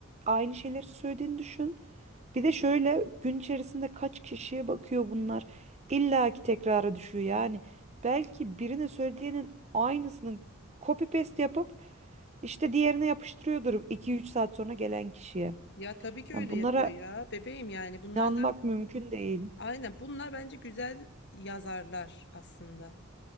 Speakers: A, on the right; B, on the left.
A: aynı şeyleri söylediğini düşün. Bir de şöyle gün içerisinde kaç kişiye bakıyor bunlar. İlla ki tekrara düşüyor yani. Belki birine söylediğinin aynısını copy paste yapıp işte diğerine yapıştırıyordur iki üç saat sonra gelen kişiye.
B: Ya tabii ki öyle
A: Yani bunlara
B: yapıyor ya bebeğim yani bunlar
A: inanmak
B: zaten
A: mümkün değil.
B: aynen bunlar bence güzel yazarlar aslında.